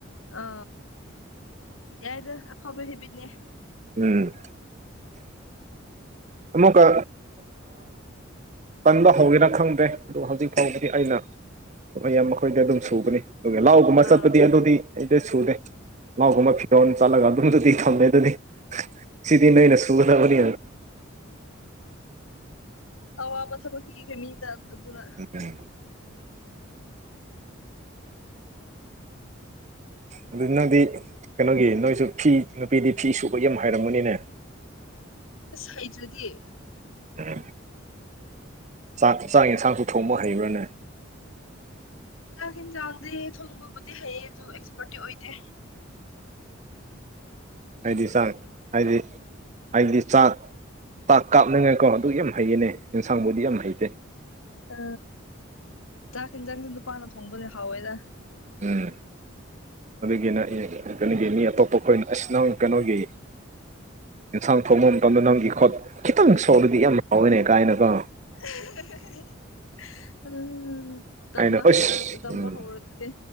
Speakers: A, on the left; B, on the right.
A: ꯑ ꯌꯥꯏꯗ ꯍꯕ ꯍꯦꯕꯤꯗꯅꯦ
B: ꯎꯝ ꯑꯃꯃꯨꯀ ꯀꯟꯕ ꯍꯧꯒꯦꯔ ꯈꯪꯗ꯭ꯔꯦ ꯑꯗꯨ ꯍꯧꯖꯤꯛ ꯐꯥꯎꯕꯗꯤ ꯑꯩꯅ ꯃꯌꯥꯝ ꯃꯈꯣꯏꯗ ꯑꯗꯨꯝ ꯁꯨꯒꯅꯤ ꯑꯗꯨꯒ ꯂꯥꯎꯒꯨꯝꯕ
A: ꯑꯥ
B: ꯆꯠꯄꯗꯤ ꯑꯗꯨꯗꯤ ꯑꯩꯗꯤ ꯁꯨꯗꯦ ꯂꯥꯎꯒꯨꯝꯕ ꯐꯤꯔꯣꯜ ꯆꯠꯂꯒ ꯑꯗꯨꯝꯗꯨꯗꯤ ꯊꯝꯃꯦ ꯑꯗꯨ ꯁꯤꯗꯤ ꯅꯣꯏꯅ ꯁꯨꯒꯗꯕꯅꯤ
A: ꯑꯋꯥꯕ ꯊꯕꯛ ꯄꯤꯒꯅꯤꯗ ꯑꯗꯨꯗꯨꯅ
B: <unintelligible> ꯑꯗꯨ ꯅꯪꯗꯤ ꯀꯩꯅꯣꯒꯤ ꯅꯣꯏꯁꯨ ꯐꯤ ꯅꯨꯄꯤꯗꯤ ꯐꯤ ꯁꯨꯕ ꯌꯥꯝ ꯍꯥꯏꯔꯝꯃꯅꯤꯅꯦ
A: ꯑꯁ ꯍꯩꯗ꯭ꯔꯗꯤ
B: <unintelligible> ꯆꯥꯛ ꯆꯥꯛ ꯌꯦꯟꯁꯥꯡꯁꯨ ꯊꯣꯡꯕ ꯍꯩꯕ꯭ꯔꯥꯅꯦ
A: ꯆꯥꯛ ꯌꯦꯤꯟ ꯆꯥꯡꯗꯤ ꯊꯣꯡꯕꯕꯨꯗꯤ ꯍꯩꯌꯦ ꯑꯗꯨ ꯑꯦꯛꯁꯄꯔꯠꯇꯤ ꯑꯣꯏꯗꯦ
B: ꯑꯩꯗꯤ ꯆ ꯍꯥꯏꯗꯤ ꯍꯥꯏꯗꯤ ꯆꯥꯛ ꯇꯥꯛ ꯀꯥꯞꯅꯤꯡꯉꯥꯏꯀꯣ ꯑꯗꯨ ꯌꯥꯝ ꯍꯩꯌꯦꯅꯦ ꯌꯦꯟꯁꯥꯡꯕꯨꯗꯤ ꯌꯥꯝ ꯍꯩꯇꯦ
A: ꯑ ꯆꯥꯛ ꯈꯤꯟꯖꯥꯡꯗꯤ ꯅꯨꯄꯥꯥꯟꯅ ꯊꯣꯡꯕꯅꯦ ꯍꯥꯎꯋꯦꯗ
B: ꯎꯝ ꯑꯗꯨꯒꯤꯅ ꯀꯩꯅꯣꯒꯤ ꯃꯤ ꯑꯇꯣꯞꯄ ꯑꯩꯈꯣꯏꯅ ꯑꯁꯤꯁ ꯅꯪ ꯀꯩꯅꯣꯒꯤ ꯏꯟꯁꯥꯡ ꯊꯣꯡꯕ ꯃꯇꯝꯗ ꯅꯪ ꯏꯈꯣꯠ ꯈꯤꯇꯪ ꯁꯣꯂꯗꯤ ꯌꯥꯝ ꯍꯥꯎꯋꯦꯅꯦ ꯀꯥꯏꯅꯒ
A: ꯎꯝ <unintelligible> ꯇꯨꯝꯕ
B: ꯑꯩꯅ ꯑꯁ
A: ꯍꯩꯔ ꯇꯝꯕ
B: ꯎꯝ
A: ꯍꯧꯔꯣ ꯑꯗꯨꯗꯤ